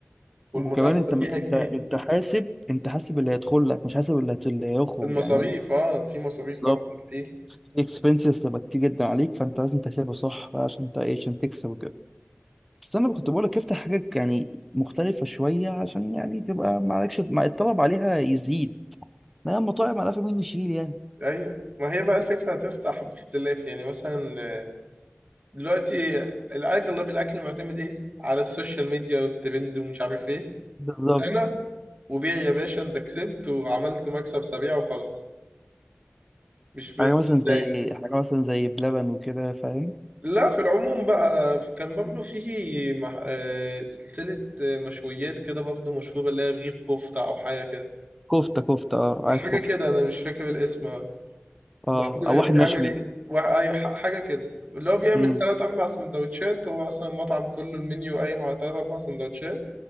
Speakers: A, on the right; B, in the centre.
A: والمنافسه
B: وكمان انت انت
A: فيها كبيره
B: انت حاسب انت حاسب اللي هيدخل لك مش حاسب اللي هت- اللي هيخرج
A: المصاريف
B: يعني
A: اه في مصاريف
B: بالظبط
A: طبعا كتير
B: الاكسبنسز تبقى كتير جدا عليك فانت لازم تحسبه صح بقى عشان انت ايه عشان تكسب وكده بس انا كنت بقول لك افتح حاجات يعني مختلفه شويه عشان يعني تبقى ما عليكش ما الطلب عليها يزيد ما المطاعم على مين يشيل يعني
A: ايوه ما هي بقى الفكره هتفتح باختلاف يعني مثلا آه، دلوقتي الاغلب الاكل معتمد ايه على السوشيال ميديا والترند ومش عارف ايه
B: بالظبط
A: سنه وبيع يا باشا انت كسبت وعملت مكسب سريع وخلاص مش بزنس
B: حاجه مثلا زي
A: داي
B: حاجه مثلا زي بلبن وكده فاهم
A: لا في العموم بقى كان برضه في مح... آه، سلسله آه، مشويات كده برضه مشهوره اللي هي رغيف كفته او حاجه كده
B: كفته كفته اه عارف
A: حاجه
B: كفته
A: كده انا مش فاكر الاسم
B: اه
A: برضه
B: او
A: هي
B: واحد
A: بتعمل
B: مشوي
A: ايه؟ واحد- اي ح- حاجه كده اللي هو بيعمل
B: امم
A: تلات اربع سندوتشات هو اصلا المطعم كله المنيو قايم على تلات اربع سندوتشات